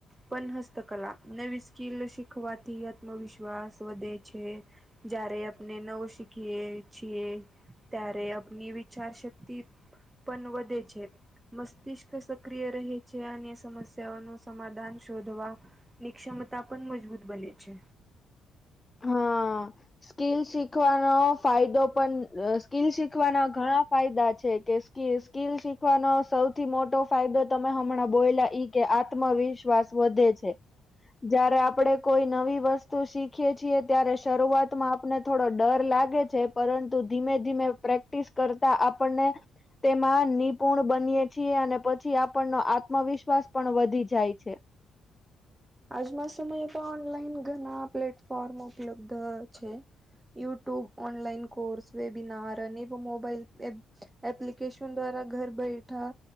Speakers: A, on the right; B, on the left.
A: પણ હસ્તકલા નવી સ્કિલ શીખવાથી આત્મવિશ્વાસ વધે છે. જ્યારે આપણે નવું શીખીએ. છ ત્યારે અની વિચાર શક્તિ પણ વધે છે. મસ્તિષ્ક સક્રિય રહે છે અને સમસ્યાઓ ન સમાધાન શોધવા. નિક્ષમતા પણ મજબૂત બને છે.
B: હા. સ્કીલ શીખવાનો ફાયદો પણ સ્કીિલ શીખવાના ઘણા ફાયદા છે કે કે સ્કીિલ શીખવાનો સૌથી મોટો ફાયદો તમે હમણાં બોયલા ઈ કે આત્મવિશ્વાસ વિશ્વાસ વધે છે જયારે આપણે કોઈ નવી વસ્તુ શીખ ત્યારે શરૂઆતમાં આપને થોડો ડર લાગે છે પરંતુ ધીમે ધીમે પ્રેક્ટિસ પ્રક્ટિસ કરતા આપણને તેમાં નિપુણ બનીય છીએ અને પછી આપણનો આત્મવિશ્વાસ પણ વધી જાય છે.
A: આજમાં સમયે પણ ઓનલાઈન ઘણા પ્લેટફોર્મ ઉપલબ્ધ છે. યુટ્યુબ, ઓનલાઈન કોર્સ, વેબનાાર અનેક મોબાઈલ એપ્લિકેશન દ્વારા ઘર બેઠા